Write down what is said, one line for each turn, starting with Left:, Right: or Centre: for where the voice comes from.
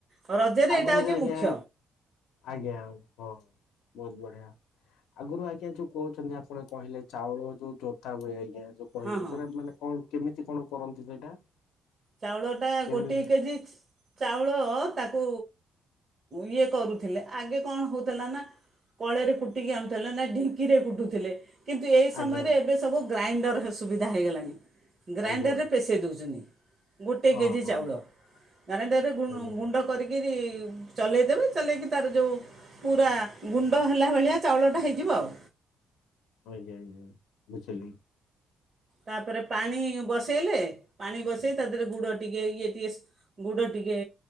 Right: ଆଉ ରଜରେ
Left: ଆଗରୁ
Right: ଏଇଟା ହେଉଛି
Left: ଯେ ଆଜ୍ଞା
Right: ମୁଖ୍ୟ
Left: ଆଜ୍ଞା ହଁ। ବହୁତ ବଢିଆ ଆଗରୁ ଆଜ୍ଞା ଯୋଉ କହୁଛନ୍ତି ଆପଣ କହିଲେ ଚାଉଳ ଯୋଉ ଜୋତା ହୁଏ ଆଜ୍ଞା ଯୋଉ କହିଲେ
Right: ହଁ ହଁ
Left: ସେଟା ମାନେ କଣ କେମିତି କଣ କରନ୍ତି ସେଇଟା?
Right: ଚାଉଳ ଟା
Left: କେମି
Right: ଗୋଟିଏ କେଜି ଚ ଚାଉଳ ତାକୁ ଇଏ କରୁଥିଲେ ଆଗେ କଣ ହେଉଥିଲା ନା କଳେରେ କୁଟିକି ଆଣୁଥିଲେ ନା ଢିଙ୍କିରେ କୁଟୁଥିଲେ। କିନ୍ତୁ ଏଇ ସମୟରେ
Left: ଆଜ୍ଞା
Right: ଏବେ ସବୁ ଗ୍ରାଇଣ୍ଡରହସୁବିଧା ହେଇଗଲାଣି ଗ୍ରାଇଣ୍ଡରରେ
Left: ଆଜ୍ଞା
Right: ପେସେଇ ଦେଉଚନ୍ତି ଗୋଟେ
Left: ହଁ
Right: କେଜି
Left: ହଁ
Right: ଚାଉଳ ଗାରେଣ୍ଡରେ ଗୁଁ
Left: ଆଜ୍ଞା
Right: ଗୁଣ୍ଡ କରିକିରି ଚଲେଇ ଦେବେ କଲେଇ କି ତାର ଯୋଉ ପୁରା ଗୁଣ୍ଡ ହେଲା ଭାଲିଆ ଚାଉଳ ଟା ହେଇଯିବ ଆଉ।
Left: ଆଜ୍ଞା ଆଜ୍ଞା। ବୁଝିଲି।
Right: ତାପରେ ପାଣି ବସେଇଲେ ପାଣି ବସେଇ ତା ଦେହରେ ଗୁଡ଼ ଟିକେ ଇଏ ଟିକଏ ଗୁଡ଼ ଟିକେ